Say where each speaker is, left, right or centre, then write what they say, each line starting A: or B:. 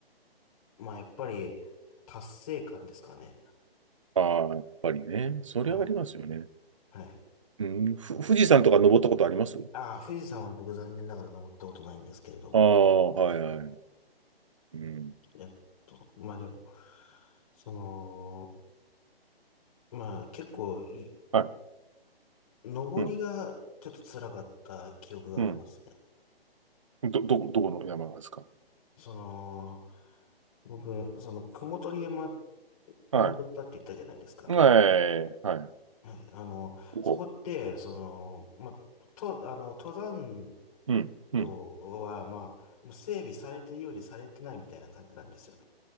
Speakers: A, on the left; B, on the right.
A: まあ、やっぱり、達成感ですかね。
B: ああ、やっぱりね。それはありますよね。
A: はい。はい。
B: うん。ふ、富士山とか登ったことあります
A: ああ、富士山は僕残念ながら登ったことないんですけれども。
B: ああ、はいはい。うん。
A: えっと、まあでも、その、まあ結構い、
B: はい。
A: 登りがちょっと辛かった記憶がありますね。
B: うん。うん。ど、どこ、どこの山ですか
A: その、僕、その、雲取山登ったって言ったじゃないですか。
B: はい。は
A: 奥
B: い。はい。
A: はい。あの、
B: ここ。
A: そこって、その、まあ、と、あの、登山
B: うん。うん。
A: とは、まあ、もう整備されてるよりされてないみたいな感じなんですよね。